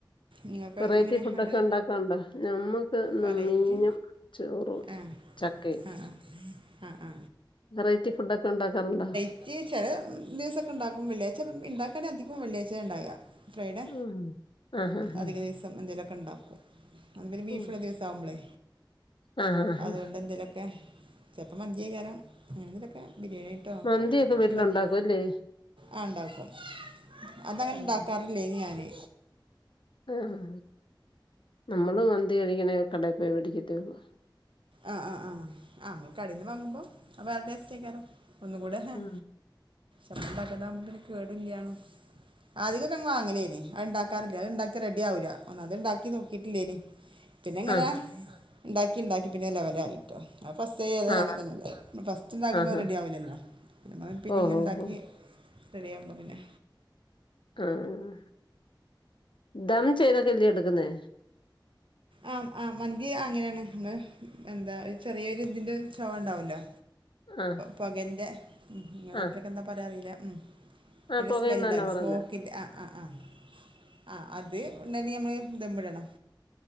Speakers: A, on the right (about 75°); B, on the left (about 70°).
A: നിങ്ങൾക്ക്
B: വെറൈറ്റി
A: അങ്ങനെ
B: ഫുഡ
A: അവിടെ
B: ഒക്കെ ഉണ്ടാക്കാണ്ടോ ഞമ്മുക്ക് ഇന്ന്
A: വെറൈറ്റി
B: മീനും ചോറും
A: ആ
B: ചക് ക്കെ
A: ആ ആ ആ ആ
B: വെറൈറ്റി ഫുഡ് ഒക്കെ ഉണ്ടാക്കാറുണ്ടോ
A: ച്ചി ചെല ദിവസൊക്കെ ഉണ്ടാക്കും വെള്ളിയാഴ്ച ഉണ്ടാക്കാണെ അധികം വെള്ളിയാഴ്ച ഉണ്ടാവ ഫ്രൈഡേ
B: ഉം ആഹ് ആഹ്
A: അധിക
B: ആഹ്.
A: ദിവസ് എന്തെങ്കിലും ഒക്കെ ഇണ്ടാക്കും അന്ന് പിന്നെ ബീഫ്
B: ഉം
A: ഇല്ലേ ദിവസം ആകുമ്പളെ
B: ആഹ് ആഹ് ആഹ്.
A: അതോണ്ട് ക്കെ ചെലപ്പം മന്തി ഏക്കാരം അങ്ങനെന്തക്കെ ബിരിയാണി ടോക്കെൻ
B: മന്തിയൊക്കെ വീട്ടിലുണ്ടാക്കും
A: ഇണ്ടാക്കും
B: അല്ലേ
A: ആഹ് ഉണ്ടാക്കും അതങ്ങനെ
B: ഉം
A: ഉണ്ടാക്കാറില്ലേനി ഞാന്
B: ആഹ് നമ്മള് മന്തി കഴിക്കണേങ്കി കടയി പോയി വേടിക്കത്തേള്ളൂ
A: ആഹ് ആഹ് ആഹ് ആഹ് നമ്മൾ കടയിൽ നിന്ന് വാങ്ങുമ്പോൾ വേറെ ടേസ്റ്റ് ആക്കാരം ഒന്നുകൂടെ ഹ
B: ഉം
A: <unintelligible> കേടില്ലാണും ആദ്യ ഒക്കെങ് വാങ്ങലേന്നു അത് ഉണ്ടാക്കാറില്ല അത് ഇണ്ടാക്കി റെഡി ആവില്ല ഒന്നാമത് അത് ഇണ്ടാക്കി നോക്കിയിട്ടില്ലേനി പിന്നെ ഇങ്ങനെ
B: ആഹ്
A: ഇണ്ടാക്കി ഇണ്ടാക്കി പിന്നെ ലെവലായി ഫസ്റ്റ് ഏതും
B: ആഹ്
A: അങ്ങനെ തന്നെ അല്ലെ ഫസ്റ്റ് ഇണ്ടാക്കുമ്പോ
B: ആഹ് ആഹ്
A: റെഡി ആവില്ലല്ലോ പിന്നെമ്മ പിന്ന
B: ഓഹ്
A: ഇങ്ങനെ ഇണ്ടാക്കി
B: ഓഹ് ഓഹ്
A: റെഡിയാവുമ്പോൾ പിന്നെ
B: ആഹ് ദം ചെയ്തൊക്കെ അല്ലേ എടുക്കുന്നേ
A: ആഹ് ആഹ് മന്തി അങ്ങനെയാണ് നമ്മൾ എന്താ ചെറേരു ഇതിന്റെചൊവ ഇണ്ടാവല്ലോ
B: ആഹ്
A: പോകന്റെ ഉം ഇങ്ങലെ നാട്ടിലൊക്കെ
B: ആഹ്
A: എന്താ പറയാ അറിയില്ല ഉം
B: ആഹ്
A: അതിന്റെ
B: പുകയുംന്ന്
A: സ്മെല്ല് ഇണ്ടാകൂലെ
B: തന്നാ പറയുന്നേ
A: സ്മോക്കിന്റെ ആഹ് ആഹ് ആഹ് ആഹ് അത് ഉണ്ടിങ്കില് നമ്മൾ ദമ്മ് ഇടണം